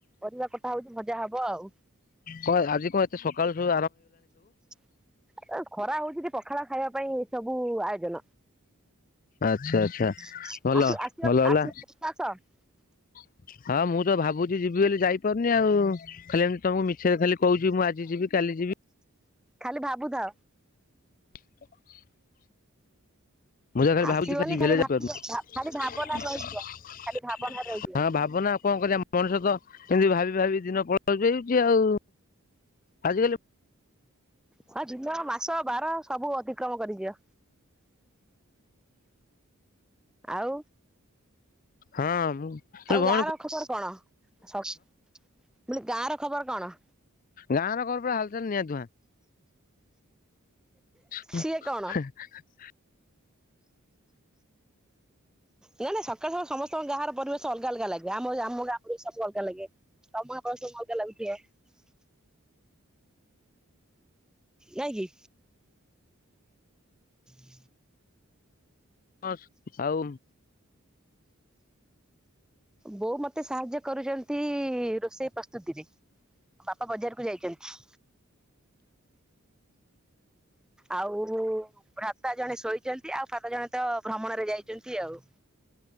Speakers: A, in the centre; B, on the left.
A: ପରିବା କଥା ହଉଛି ଭଜା ହବ ଆଉ।
B: କଣ ଆଜି କଣ ଏତେ ସକାଳୁୁ
A: <inaudible> ଖରା ହଉଛି ପଖାଳ ଖାଇବା ପାଇଁ ଏ ସବୁ ଆୟୋଜନ।
B: ଆଚ୍ଛା ଆଚ୍ଛା।
A: <unintelligible>
B: ଭଲ ଭଲ ହେଲା <inaudible> ହଁ ମୁଁ ତ ଭାବୁଛି ଯିବି ବୋଲି ଯାଇପାରୁନି ଆଉ ଖାଲି ଏମିତି ତମକୁ ମିଛରେ ଖାଲି କହୁଛି ମୁଁ ଆଜି ଯିବି କାଲି ଯିବି। ହ
A: ଖାଲି ଭାବୁଥା।
B: <inaudible> ମୁଁ ଯାହା ଖାଲି
A: ଆସିବନି
B: ଭାବୁଛି କି ଭେଲ
A: ଖାଲି
B: ଯାଇପାରୁନି।
A: ଭାବିବ ଖାଲି ଭାବନାରେ ରହିଯିବ।
B: <inaudible>
A: ଖାଲି ଭାବନା ରହିଯିବ
B: ହଁ ଭାବନା କଣ କରିବା ମଣିଷ ତ। ଏମିତି ଭାବି ଭାବି ଦିନ ପଳ ହେଉଛି ଆଉ ଆଜିକାଲି
A: ହଁ ଦିନ ମାସ ବାର ସବୁ ଅତିକ୍ରମ କରିଯିବ। ଆଉ।
B: ହଁ ମୁଁ।
A: ଆଉ
B: ଭଉଣୀ
A: ଗାଁ ର ଖବର କଣ <inaudible> ବ ଗାଁ ର ଖବର କଣ।
B: ଗାଁ ରୋକ ପ ହାଲଚାଲ ନିଆଁ ଧୁଆଁ। <inaudible>
A: ସିଏ କଣ ନ ନାଇଁ ସକାଳୁ ସକାଳ ସମସ୍ତଙ୍କ ଗାଁ ର ପରିବେଶ ଅଲଗା ଅଲଗା ଲାଗେ ଆମ ଆମ ଗାଁ ଗରେ ବି ସବୁ ଅଲଗା ଲାଗେ। <unintelligible> ନାଇ କି। <inaudible>
B: ହ ଆଉ।
A: ବୋଉ ମତେ ସାହାଯ୍ୟ କରୁଛନ୍ତି ରୋଷେଇ ପ୍ରସ୍ତୁତିରେ। ବାପା ବଜାର। ଯାଇଛନ୍ତି। ଆଉ ଭ୍ରାତା ଜଣେ ଶୋଇଛନ୍ତି ଆଉ ଭାତା ଜଣେ ତ ଭ୍ରମଣରେ ଯାଇଛନ୍ତି ଆଉ। <inaudible>